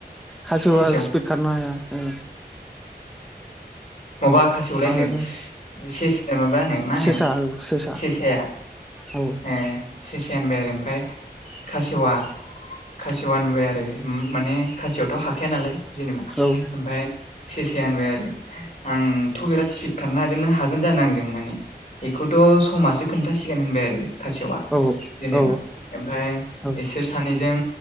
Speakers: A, in the centre; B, on the left (about 40°).
A: खासे'वा
B: खासेव
A: स्पिड खारनो हाया ओ
B: माबा खासेयावलायनो
A: माबासो
B: सेस माबानो मा होनो
A: सेसा औ सेसा
B: सेसाया
A: औ
B: ए सेसाया मोनबा आरो खासेवा खासेवा होनबाय आरो माने खासियावथ' हाखाया नालाय जेनेबा
A: औ
B: ओमफाइ सेसाया होनबाय आरो आंथ' बिराद स्पिड खनो हागोन नों हागोन जानो आंजों होननानै बेखौथ' समासो खोन्थासिगोन होनबाय आरो खासेयावआ
A: औ
B: जेनेबा
A: औ
B: ओमफ्राय
A: औ
B: बिसोर सानैजों